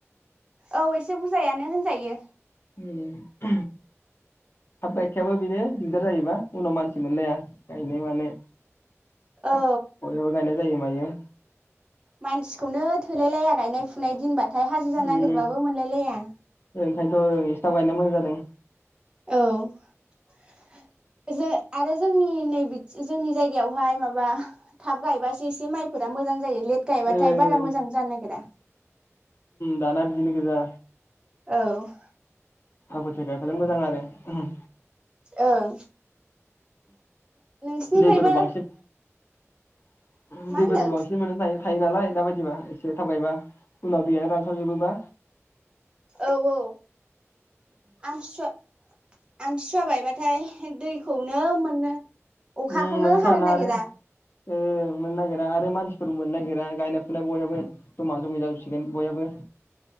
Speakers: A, on the right (about 20°); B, on the left (about 50°).
A: औ एसे बुरजायानो होनजायो
B: उम <unintelligible> थाब गायखायाबो बेनो दिगदार जायोबा उनाव मानसि मोनलाया गायनाय मानाय
A: औ
B: बयहाबो गायनाय जायो मायो
A: मानसिखौनो थोलाय लाया गायनाय फुनाय दिनबाथाय नाथाय हाजिरा
B: उम
A: नागिरबाबो मोनलाय लाया
B: ओंखायनोथ' सिथाव गायनो मोजां जादों
A: औ जे आरो जोंनि नैबे जोंनि जायगायावहाय माबा थाब गायबासो माइफोरा मोजां जायो लेट गायबाथाय
B: ओं
A: बारा
B: ओं
A: मोजां जानो नागेरा
B: जाना बिदिनो गोजा
A: औ
B: आगथिया गायबालाय मोजां आरो <unintelligible>
A: ओं नोंसिनिखैबो
B: दैफोरबो बांसिन <unintelligible> थायो
A: मा होनदों
B: नालाय दा बायदिबा एसे थाबगायबा उनाव दैयनो रानस्ला थाब जोबोबा
A: औ औ आमथिसुवा आमथिसुवा बायबाथाय दैखौनो मोननो अखाखौनो
B: उम मोननो थाना
A: हानो नागिरा
B: आरो ओ मोननो नागिरा आरो मानसिफोरबो मोननो नागिरा गायनाय फुनाय बयहाबो जमा जमि जाजोबसिगोन बयहाबो।